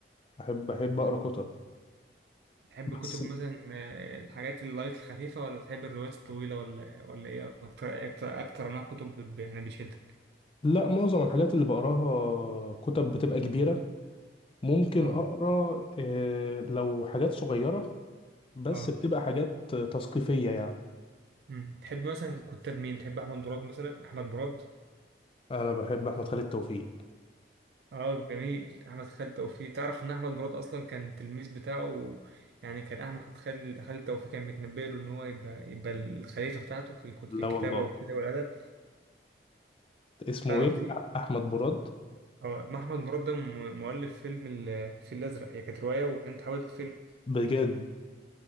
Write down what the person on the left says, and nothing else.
احب احب اقرا كتب
بس
لا معظم الحاجات اللي بقراها كتب بتبقى كبيرة ممكن
أقرأ آه، لو حاجات صغيرة بس
بتبقى حاجات تثقيفية يعني
أنا بحب أحمد خالد توفيق
لا
والله
اسمه
إيه؟
أ- أحمد براد
بجد